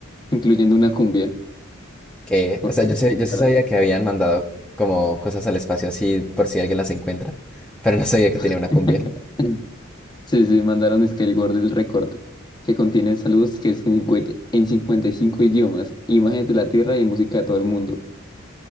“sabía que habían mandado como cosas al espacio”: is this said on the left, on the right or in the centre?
Centre